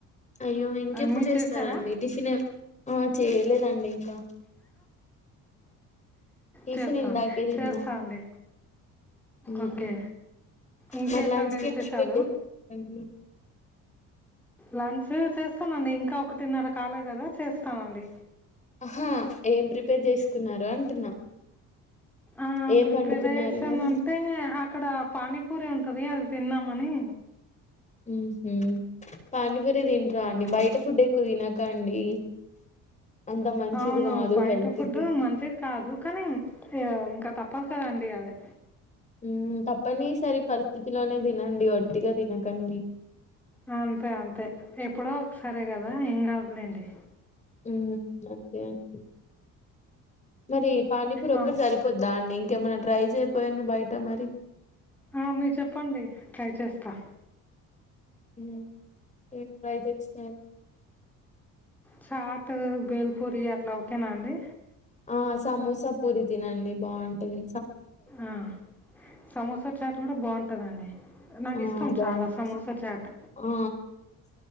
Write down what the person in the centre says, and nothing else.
మీరు
చేసారా
చేస్తాం
చేస్తా అండి
ఓకే ఇంకేంటండి
విశేషాలు
లంచ్ చేస్తానండి ఇంకా ఒకటిన్నర కాలే కదా చేస్తానండి
ఆ
ప్రిపరేషన్
అంటే అక్కడ పానీపూరి ఉం కదే అది తిన్నమని
ఆ,
అవును
బయట
ఫుడ్డు
మంచిది కాదు కానీ ఇక ఇంకా తప్ప పలకదండి ఆమె
ఆ అంతే అంతే ఎప్పుడో ఒకసారే కదా ఏం కాదులేండి
ఆ
ఆ మీరు చెప్పండి ట్రై చేస్తా
చాట్ బేల్పూరి అట్లా ఓకేనా అండి
ఆ సమోసా చాట్ కూడా బాగుంటదండి నాకి
ఇష్టం
చాలా సమోసా చాట్